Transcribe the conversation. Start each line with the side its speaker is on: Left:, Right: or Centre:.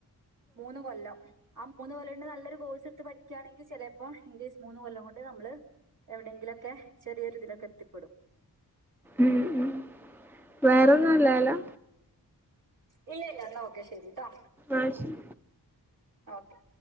Right: മൂന്ന് കൊല്ലം ആ മൂന്ന് കൊല്ലംണ്ട് നല്ലൊരു കോഴ്സ് എടുത്ത് പഠിക്കാണെങ്കി ചെലേ പ്പം ഇംഗ്ലീഷ് മൂന്ന് കൊല്ലം കൊണ്ട് നമ്മള് എവിടെങ്കിലൊക്കെ ചെറിയൊരി തിലൊക്കെ എത്തിപ്പെടും
Centre: ഉം ഉം വേറെൊന്നുംല്ലല്ലോ
Right: ഇ ല്യ ല്ല ഓക്കെ ശെരി ട്ടൊ
Centre: ആഹ ശരി
Right: ഓക്കെ